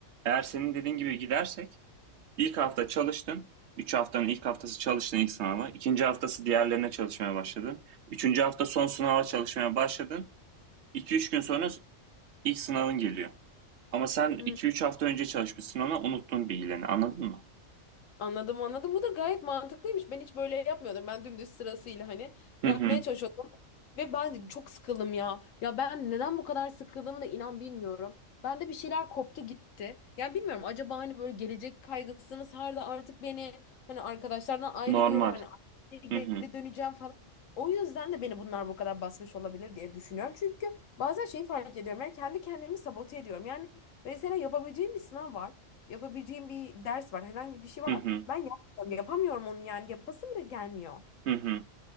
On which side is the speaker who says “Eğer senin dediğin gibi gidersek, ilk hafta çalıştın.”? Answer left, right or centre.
Right